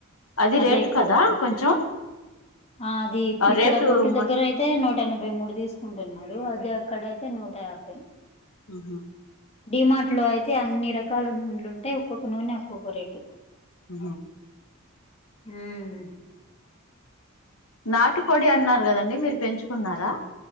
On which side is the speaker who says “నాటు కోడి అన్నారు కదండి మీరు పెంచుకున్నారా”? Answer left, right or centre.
Left